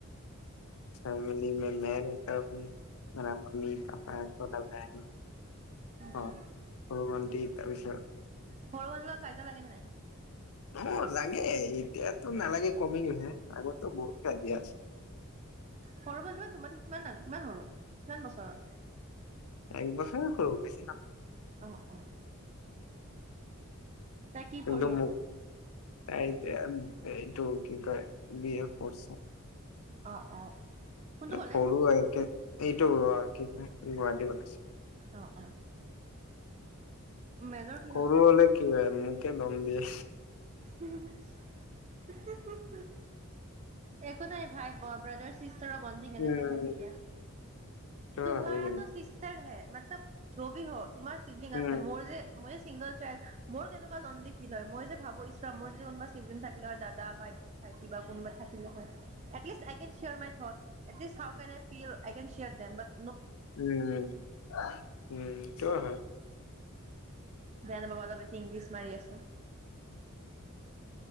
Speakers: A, on the left; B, on the right.
A: ফেমিলি মে মেহ ৰেহটা হু, <unintelligible> অৰ চতা বেহেন।
B: উম
A: অ' সৰু ভণ্টি। তাৰপিছত?
B: সৰু-মাজুবিলা কাজিয়া লাগে নে নাই?
A: অ' লাগে, এতিয়াতো নালাগে কমি গৈছে। আগততো বহুত কাজিয়া আছে।
B: সৰু ভণ্টি তোমাতকে কিমান ডাঙ কিমান সৰু কিমান বছৰৰ?
A: এক বছৰ হল বেছি না
B: আহ অ। তাই কি
A: কিন্তু
B: পঢ়ি
A: মোৰ
B: আছে?
A: তাই এতিয়া এইটো কি কয় বি এ পঢ়িছোঁ,
B: অ অ কোনটো কলেজ?
A: কৰোঁ একে এইটো কি বা, গুৱাহাটী কলে
B: অ অ। মেজৰ কিহত
A: সৰু
B: তাইৰ?
A: হলে কি হয় মোক কে দম দিয়ে।
B: <unintelligible> একো নাই ভাই ব্ৰ ব্ৰাদাৰ চিছ তাৰৰ বডিং এনেকুৱাই
A: উম
B: থাকে দিয়া।
A: সেইটো
B: তুমহাৰাটো
A: হয় কিন্তু
B: চিষ্টৰ হে। মতলব য বি হ তোমাৰ চিবলিং
A: উম
B: আছে মোৰ যে মই যে চিংগল চাইল্ড, মোৰ কেনেকুৱা লনলি ফিল হয়, মই যে ভাবো ইচ ৰাম মোৰ যদি কোনোবা চিৱলিংগ থাকিলে হয় দাদা বা ভাইটি বা কোনোবা থাকিলে হয়। At least I can share my thoughts, at least how can I feel I can share them but
A: um, um, সেইটোয়ো হয়।
B: বেয়া নাপাবা অলপ বেছি ইংলিছ মাৰি আছোঁ।